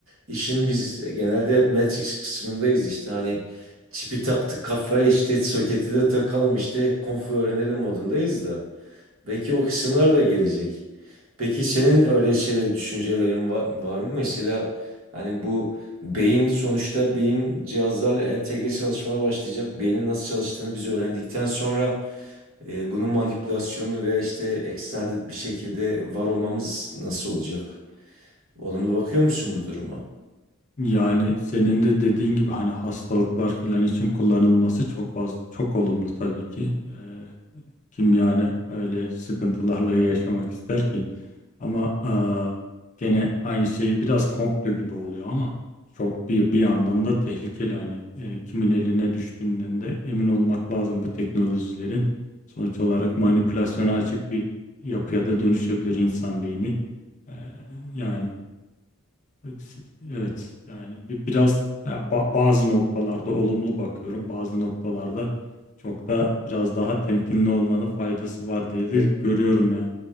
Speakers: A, on the right; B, on the left.
A: işin biz genelde hep Matrix kısmındayız işte hani çipi taktık kafaya işte soketi de takalım işte konfu öğrenelim modundayız da. Belki o kısımlar da gelecek. Peki senin öyle şeyler, düşüncelerin var, var mı? Mesela yani bu beyin sonuçta beyin cihazlarla entegre çalışmaya başlayacak. Beynin nasıl çalıştığını biz öğrendikten sonra e, bunun manipülasyonu ve işte extended bir şekilde var olmamız nasıl olacak? Olumlu bakıyor musun bu duruma?
B: Yani senin de dediğin gibi hani hastalıklar filan için kullanılması çok fazla çok olumlu tabii ki. Ee, kim yani öyle sıkıntılarla yaşamak ister ki? Ama eee, gene aynı şey biraz komplo gibi oluyor ama çok bir bir yandan da tehlikeli hani e, kimin eline düştüğünden de emin olmak lazım bu teknolojilerin. Sonuç olarak manipülasyona açık bir yapıya da dönüşebilir insan beyni. Eee, yani. Evet, evet. yani bi- biraz ya ba- bazı noktalarda olumlu bakıyorum, bazı noktalarda çok da biraz daha temkinli olmanın faydası var diye de
A: E
B: görüyorum yani.